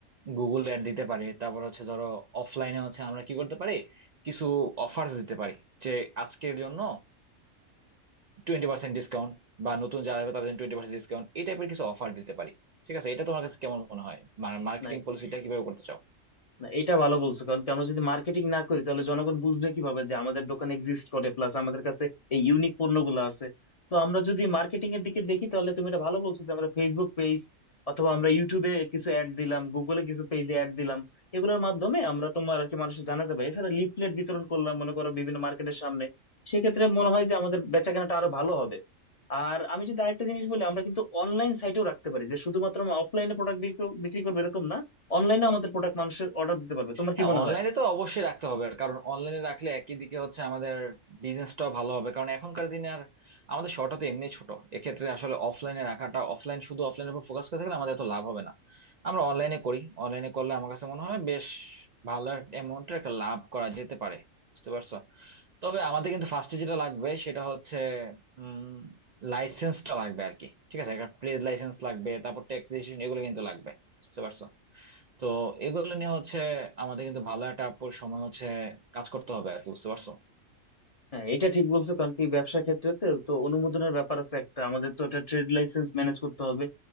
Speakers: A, on the right; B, on the left.
A: গুগল অ্যাড দিতে পারি তারপর হচ্ছে ধরো অফলাইনে হচ্ছে আমরা কি করতে পারি কিছু অফার্স দিতে পারি যে আজকের জন্য টোয়েন্টি পার্সেন্ট ডিসকাউন্ট বা নতুন যারা আসবে তাদের টোয়েন্টি পার্সেন্ট ডিসকাউন্ট এই টাইপের কিছু অফার দিতে পারি ঠিক আছে এটা তোমার কাছে কেমন মনে হয় মার্কেটিং
B: না
A: পলিসিটা কিভাবে করতে চাও
B: না এটা ভালো বলছো কারণ কি আমরা যদি মার্কেটিং না করি তাহলে জনগণ বুঝবে কিভাবে যে আমাদের দোকান এক্সিস্ট করে প্লাস আমাদের কাছে এই ইউনিক পণ্যগুলো আছে তো আমরা যদি মার্কেটিং এর দিকে দেখি তাহলে তুমি এটা ভালো বলছো যে আমরা ফেসবুক পেজ অথবা আমরা ইউটিউবে কিছু অ্যাড দিলাম গুগলে কিছু পেজে অ্যাড দিলাম এগুলোর মাধ্যমে আমরা তোমার আর কি মানুষকে জানাতে পারি এছাড়া লিফলেট বিতরণ করলাম মনে করো বিভিন্ন মার্কেটের সামনে সেক্ষেত্রে মনে হয় যে আমাদের বেচাকেনাটা আরো ভালো হবে আর আমি যদি আরেকটা জিনিস বলি আমরা কিন্তু অনলাইন সাইটেও রাখতে পারি যে শুধুমাত্র আমরা অফলাইনে প্রোডাক্ট বিক্রি করবো এরকম না অনলাইনে আমাদের প্রোডাক্ট মানুষের অর্ডার দিতে পারবে তোমার
A: হ্যাঁ
B: কি মনে
A: অনলাইনে
B: হয়
A: তো অবশ্যই রাখতে হবে কারণ অনলাইনে রাখলে একই দিকে হচ্ছে আমাদের বিজনেসটাও ভালো হবে কারণ এখনকার দিনে আর আমাদের শর্টটা তো এমনি ছোট এক্ষেত্রে আসলে অফলাইনে রাখাটা অফলাইন শুধু অফলাইনের উপর ফোকাস করে থাকলে আমাদের তো লাভ হবে না আমরা অনলাইনে করি অনলাইনে করলে আমার কাছে মনে হয় বেশ ভালো অ্যামাউন্টের একটা amount এর একটা লাভ করা যেতে পারে বুঝতে পারছো তবে আমাদের কিন্তু ফার্স্টে যেটা লাগবে সেটা হচ্ছে উম লাইসেন্সটা লাগবে আর কি ঠিক আছে একটা ট্রেড লাইসেন্স লাগবে তারপর ট্যাক্স রেজিস্ট্রেশন এগুলো কিন্তু লাগবে বুঝতে পারছো তো এগুলো নিয়ে হচ্ছে আমাদের কিন্তু ভালো একটা আপুর সময় হচ্ছে কাজ করতে হবে আর কি বুঝতে পারছো
B: হ্যাঁ এটা ঠিক বলছো কারণ কি ব্যবসা ক্ষেত্রে তো তো অনুমোদনের ব্যাপার আছে একটা আমাদের তো একটা ট্রেড লাইসেন্স ম্যানেজ করতে হবে